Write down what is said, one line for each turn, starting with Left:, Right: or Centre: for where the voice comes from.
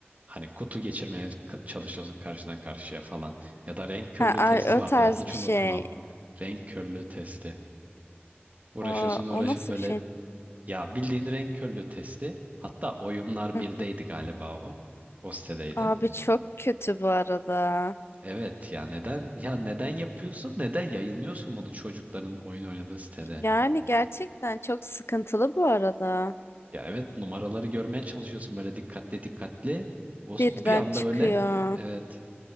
Right: hani kutu geçirmeye ka- çalışıyorsun karşıdan karşıya falan. Ya da renk körlüğü
Left: Ha, ay,
Right: testi
Left: o
Right: vardı
Left: tarz
Right: hiç
Left: bir şey.
Right: unutmam. Renk körlüğü testi. Uğraşıyorsun
Left: Aa,
Right: uğraş
Left: o nasıl
Right: böyle
Left: bir şey?
Right: ya bildiğin renk körlüğü testi. Hatta oyunlar
Left: Hı.
Right: birdeydi galiba o. O sitedeydi.
Left: Abi çok kötü bu arada.
Right: Evet ya neden ya neden yapıyorsun? Neden yayınlıyorsun bunu çocukların oyun oynadığı sitede?
Left: Yani gerçekten çok sıkıntılı bu arada.
Right: Ya evet numaraları görmeye çalışıyorsun böyle dikkatli dikkatli. O s-
Left: Birden
Right: bir anda
Left: çıkıyor.
Right: böyle evet